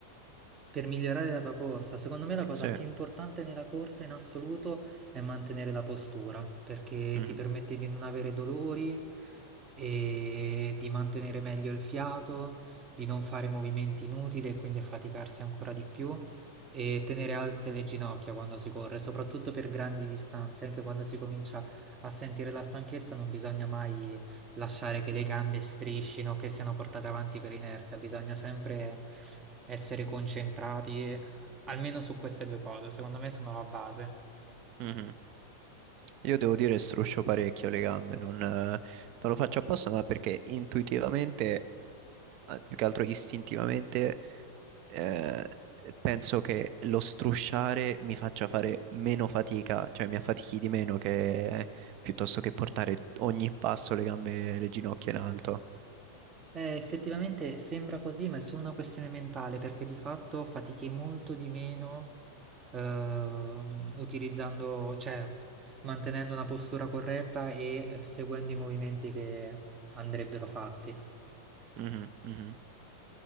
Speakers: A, on the right (about 25°); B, on the right (about 40°).
A: per migliorare la tua corsa. Secondo me la cosa
B: Sì.
A: più importante nella corsa in assoluto è mantenere la postura, perché
B: Mhm,
A: ti permette di non avere dolori e di mantenere meglio il fiato, di non fare movimenti inutili e quindi affaticarsi ancora di più e tenere alte le ginocchia quando si corre, soprattutto per grandi distanze, anche quando si comincia a sentire la stanchezza, non bisogna mai lasciare che le gambe striscino, che siano portate avanti per inerzia, bisogna sempre essere concentrati, eh, almeno su queste due cose, secondo me sono la base.
B: mhm. Io devo dire struscio parecchio le gambe, non, eh, non lo faccio apposta, ma perché intuitivamente, eh, più che altro istintivamente, eh, penso che lo strusciare mi faccia fare meno fatica, cioè mi affatichi di meno che piuttosto che portare ogni passo le gambe, le ginocchia in alto.
A: Eh, effettivamente sembra così, ma è solo una questione mentale, perché di fatto fatichi molto di meno ehm, utilizzando, cioè mantenendo una postura corretta e eh, seguendo i movimenti che andrebbero fatti.
B: Mhm, mhm.